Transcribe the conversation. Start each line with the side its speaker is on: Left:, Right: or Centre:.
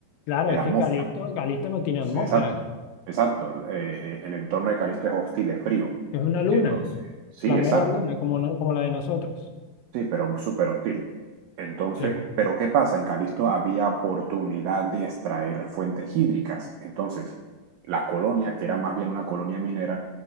Left: Claro,
Right: el
Left: es
Right: atmósfera.
Left: que Calisto, Calisto no tiene atmósfera,
Right: Exacto, exacto. eh, eh, el entorno de Calisto es hostil, es frío.
Left: es una luna.
Right: Entonces, sí,
Left: La
Right: exacto.
Left: mera luna, como, no- como la de nosotros.
Right: Sí, pero súper hostil. Entonces,
Left: Sí.
Right: pero ¿qué pasa? En Calisto había oportunidad de extraer fuentes hídricas. Entonces, la colonia, que era más bien una colonia minera,